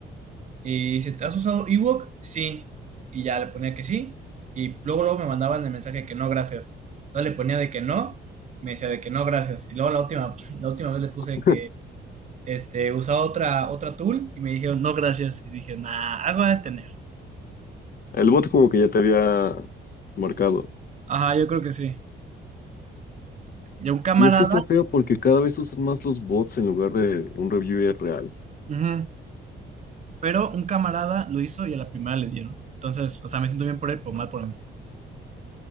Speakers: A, on the right (about 35°); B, on the left (about 50°).
A: Y si te has usado Ewok, sí. Y ya le ponía que sí. Y luego, luego me mandaban el mensaje que no, gracias. Entonces le ponía de que no, me decía de que no, gracias. Y luego la última, la última vez le puse
B: <laughs>
A: este, usaba otra, otra tool y me dijeron, no, gracias. Y dije, nah, algo a tener.
B: El bot como que ya te había marcado.
A: Ajá, yo creo que sí. Y a un camarada,
B: Y es que está feo porque cada vez usan más los bots en lugar de un reviewer real.
A: ujú, pero un camarada lo hizo y a la primera le dieron. Entonces, o sea, me siento bien por él, pero mal por mí.